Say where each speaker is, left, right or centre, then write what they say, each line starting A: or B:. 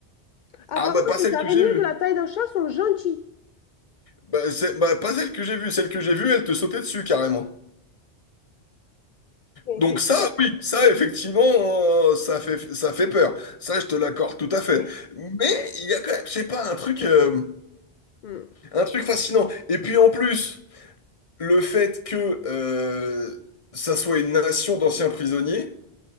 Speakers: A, on the left; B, on the left.
A: Apparemment,
B: Ah bah pas
A: les
B: celle
A: araignées
B: que j'ai vue.
A: de la taille d'un chat sont gentilles.
B: Bah, c'est- bah, pas celle que j'ai vue, celle que j'ai vue, elle te sautait dessus carrément.
A: Mais
B: Donc
A: c'est...
B: ça,
A: c'est-
B: oui, ça effectivement, euh, ça fait, ça fait peur. Ça, je te l'accorde tout à fait.
A: mais-
B: Mais il y a quand même, je sais pas, un truc,
A: mais-
B: euh,
A: Hmm.
B: un truc fascinant. Et puis en plus... le fait que euh, ça soit une nation d'anciens prisonniers,